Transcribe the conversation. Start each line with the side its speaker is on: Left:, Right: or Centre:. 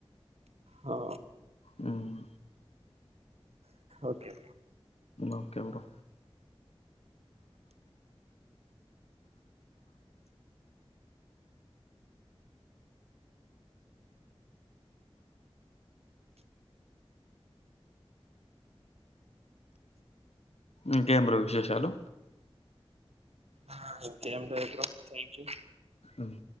Right: వో
Left: హ్మ్
Right: ఓకే
Left: ఓకే బ్రో ఇంకేం బ్రో విశేషాలు
Right: ఆ ఇంకేం లేదు బ్రో థాంక్యూ
Left: మ్మ్